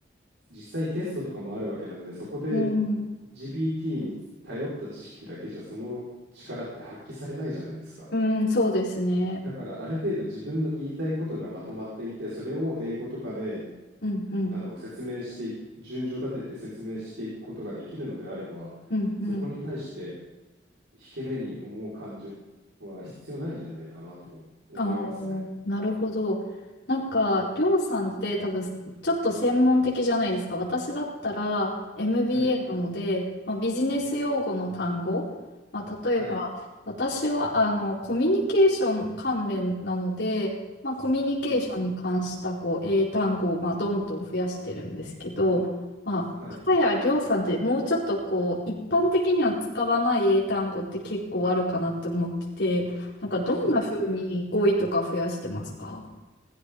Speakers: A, on the right; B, on the left.
A: 実際テストとかもあるわけなんで、そこで
B: うん、
A: GPT に頼った知識だけじゃその力って発揮されないじゃないですか。
B: うん、そうですね。
A: だからある程度自分の言いたいことがまとまっていて、それを英語とかで
B: うん、うん、
A: あの説明してい順序立てて説明していくことができるのであれば、
B: うん、
A: そこに対して
B: うん。
A: 引け目に思う感情は必要ないんじゃないかなとも思いますね。
B: ああ、なるほど。なんか、りょうさんって多分、ちょっと専門的じゃないですか。私だったら MBA
A: はい。
B: なので、まあ、ビジネス用語の単語、まあ、例えば、
A: はい。
B: 私はあのコミュニケーション関連なので、まあ、コミュニケーションに関したこう英単語をまあどんどん増やしてるんですけど、
A: うんうんうん。
B: まあ、
A: はい。
B: 片やりょうさんってもうちょっとこう一般的には使わない英単語って結構あるかなって思ってて。なんかどんな風に語彙とか増やしてますか
A: そうですね。